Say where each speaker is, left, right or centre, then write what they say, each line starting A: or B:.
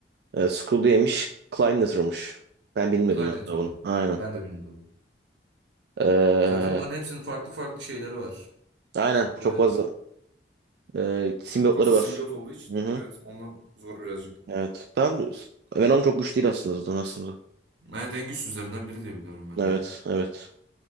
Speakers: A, on the right; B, on the right.
A: Ee, Skrull yemiş, Klyniter'mış. Ben bilmiyordum
B: Kleinheiter
A: mesela bunu.
B: mı?
A: Aynen.
B: Ben de bilmiyordum.
A: Ee,
B: Zaten bunların hepsinin farklı farklı şeyleri var.
A: aynen.
B: A-
A: Çok
B: e,
A: fazla e, simyotları
B: Çok fazla
A: var.
B: simbiyot olduğu için
A: Hı hı.
B: evet ondan zor birazcık.
A: Evet. Ben, Venom çok güçlü değil aslında zaten aslında.
B: evet en güçsüzlerinden biri diye biliyorum ben
A: Evet,
B: de.
A: evet.